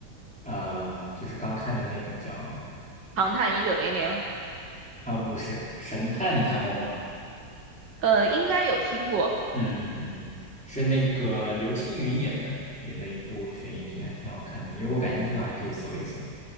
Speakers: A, in the centre; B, on the right.
A: 呃，就是刚看的那个叫
B: 《唐探一九零零》，
A: 啊，不是神探，你看过吗？
B: 呃，应该有听过。
A: 嗯嗯嗯，是那个刘青云演的演的一部悬疑剧，还挺好看的。你如果感兴趣的话，你可以搜一搜，